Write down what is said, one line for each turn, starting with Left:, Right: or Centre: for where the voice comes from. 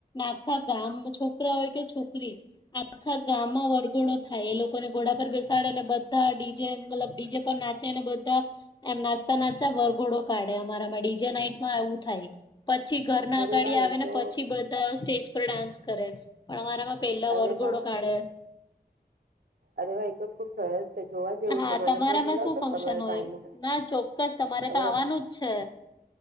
Left: આખા ગામ છોક રા હોય કે છોકરી આખા ગામમાં વરઘોડો થાય એ લોકોને ઘોડા પર બેસાડે ને બધા ડીજે મતલબ ડીજે પર નાચેને બધા એમ નાચતા નાચતા વરઘોડો કાઢે અમારામાં ડીજે નાઈટમાં આવવું થાય. પછી ઘર ના
Right: અરે
Left: અગાડી
Right: વાહ
Left: આવે
Right: એ
Left: ને
Right: તો
Left: પછી બધા સ્ટેજ ઉપર ડાન્સ કરે. પણ અમારામાં પેલા
Right: અરે
Left: વરઘોડો
Right: વાહ
Left: કાઢે.
Right: અરે, ભાઈ તો ખુબ સરસ છે જોવા જેવું
Left: હા
Right: છે મને
Left: તમારામાં
Right: પણ બોલાવજો
Left: શું ફંક્શન
Right: ને તમારા
Left: હોય
Right: ભાઈને
Left: ના ચોક્કસ તમારે
Right: તમારા
Left: તો આવવાનું જ છે.